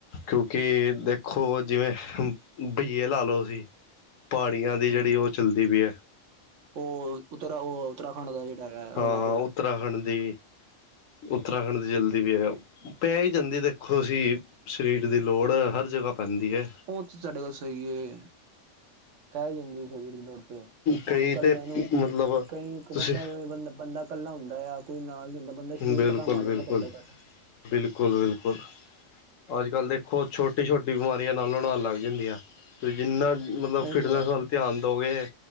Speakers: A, on the left; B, on the right.
A: ਕਿਉਂਕਿ ਦੇਖੋ ਜਿਵੇਂ ਬਈਏ ਲਾ ਲਓ ਤੁਸੀਂ ਪਹਾੜੀਆਂ ਦੀ ਜਿਹੜੀ
B: ਹਮ
A: ਉਹ ਚੱਲਦੀ ਪੀ ਐ।
B: ਉਹ ਉਤਰਾ ਉਹ ਉੱਤਰਾਖੰਡ ਦਾ ਜਿਹੜਾ ਹੈਗਾ ਐ ਰੌਲਾ
A: ਹਾਂ
B: ਪਿਆ।
A: ਉੱਤਰਾਖੰਡ ਦੀ ਉੱਤਰਾਖੰਡ ਦੀ ਜਲਦੀ ਵੀ ਐ। ਪੈ ਈ ਜਾਂਦੀ ਦੇਖੋ ਤੁਸੀਂ, ਸਰੀਰ ਦੀ ਲੋੜ ਹਰ ਜਗ੍ਹਾ ਪੈਂਦੀ ਐ।
B: ਉਹ ਤੇ ਸਾਡੀ ਗੱਲ ਸਈ ਐ। ਕਹਿ ਹੀ ਜਾਂਦੀ ਸਰ ਦੀ ਲੋੜ ਤੇ
A: ਕਈ
B: ਹੁਣ ਇਕੱਲੇ
A: ਤੇ
B: ਨੂੰ
A: ਮਤਲਬ
B: ਕਈ
A: ਤੁਸੀਂ
B: ਬੰ ਬੰਦਾ ਇਕੱਲਾ ਹੁੰਦਾ ਆ ਕੋਈ ਨਾਲ ਨਹੀਂ ਹੁੰਦਾ ਬੰਦਾ ਸਰੀਰ
A: ਬਿਲਕੁਲ
B: ਤੇ ਕੰਮ ਆ
A: ਬਿਲਕੁਲ
B: ਜਾਂਦਾ ਘੱਟੋ ਘੱਟ
A: ਬਿਲਕੁਲ- ਬਿਲਕੁਲ ਅੱਜ ਕੱਲ੍ਹ ਦੇਖੋ ਛੋਟੀ -ਛੋਟੀ ਬਿਮਾਰੀਆਂ ਨਾਲੋਂ- ਨਾਲ ਲੱਗ ਜਾਂਦੀਆਂ ਤੁਸੀਂ ਜਿੰਨਾ ਮਤਲਬ
B: ਉਹ
A: ਫਿਟਨੈਸ
B: ਤੇ ਹੈ
A: ਵੱਲ ਧਿਆਨ ਦਓਗੇ,